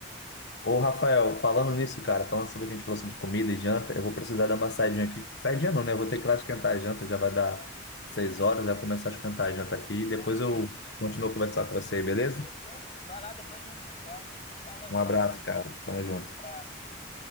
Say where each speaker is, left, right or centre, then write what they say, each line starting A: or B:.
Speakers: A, on the left; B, on the left.
A: Ô, Rafael, falando nisso, cara, falando sobre o que a gente falou sobre comida e janta, eu vou precisar dar uma saidinha aqui. Saidinha não, né? Eu vou ter que ir lá esquentar a janta, já vai dar seis horas, já começar a esquentar a janta aqui e
B: Não,
A: depois
B: tranquilo.
A: eu continuo a conversar com você, beleza?
B: Fechou. Vai lá, depois a gente se fala. Falou então,
A: Um abraço,
B: cara.
A: cara. Tamo junto.
B: Abraço.